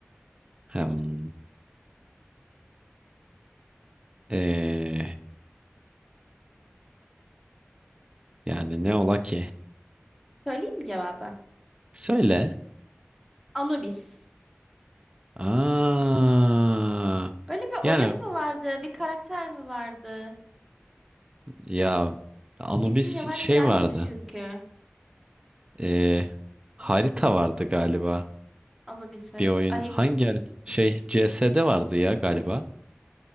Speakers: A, on the right (about 20°); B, in the centre.
A: Hem, ee, yani ne ola ki?
B: Söyleyeyim mi cevabı?
A: Söyle.
B: Anubis.
A: Aa,
B: Böyle bir
A: yani
B: oyun mu vardı? Bir karakter mi vardı?
A: ya Anubis
B: İsim yabancı
A: şey
B: gelmedi
A: vardı.
B: çünkü.
A: Ee, harita vardı galiba.
B: Anubis. harit-
A: Bir oyun
B: Ay
A: hangi harita? Şey CS'de vardı ya galiba.